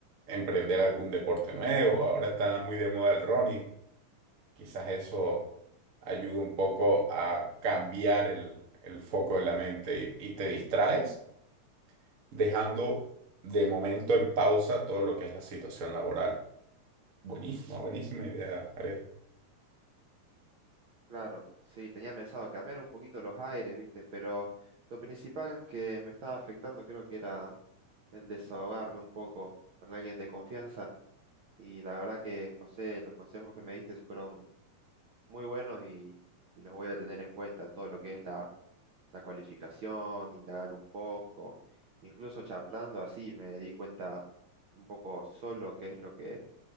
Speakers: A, on the right; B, on the right.
A: emprender algún deporte nuevo, ahora está muy de moda el running, quizás eso ayuda un poco a cambiar el, el foco de la mente y, y te distraes dejando de momento en pausa todo lo que es la situación laboral. Buenísima, buenísima idea, Ariel.
B: Claro, sí, tenía pensado cambiar un poquito los aires, viste, pero lo principal que me estaba afectando creo que era el desahogarme un poco con alguien de confianza y la verdad que José, los consejos que me diste fueron muy buenos y, y los voy a tener en cuenta, todo lo que es la, la cualificación, indagar un poco, incluso charlando así me di cuenta un poco solo qué es lo que,